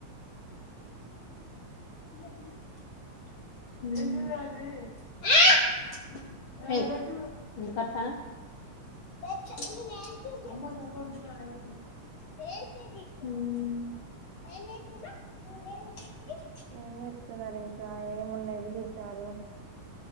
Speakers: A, on the left (about 80°); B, on the right (about 85°).
A: ఎందుకూర్తనవ్. హ్మ్ మ్
B: ఏం జేస్తున్నారింకా ఏమున్నాయి విశేషాలు.